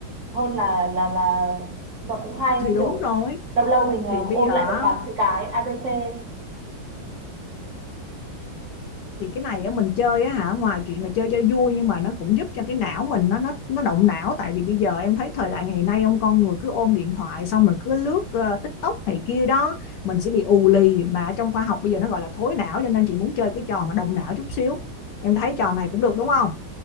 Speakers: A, on the right; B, on the left.
A: hơn là là là và cũng hay
B: Thì đúng
A: kiểu
B: rồi,
A: lâu lâu mình ờ,
B: thì bây
A: ôn
B: giờ
A: lại một
B: á,
A: bảng chữ cái ABC
B: thì cái này á mình chơi á hả, ngoài chuyện là chơi cho vui nhưng mà nó cũng giúp cho cái não mình nó nó nó động não tại vì bây giờ em thấy thời đại ngày nay ông con người cứ ôm điện thoại xong rồi cứ lướt ờ, TikTok này kia đó, mình sẽ bị ù lì mà trong khoa học bây giờ nó gọi là thối não cho nên chị muốn chơi cái trò mà động não chút xíu. Em thấy trò này cũng được đúng không?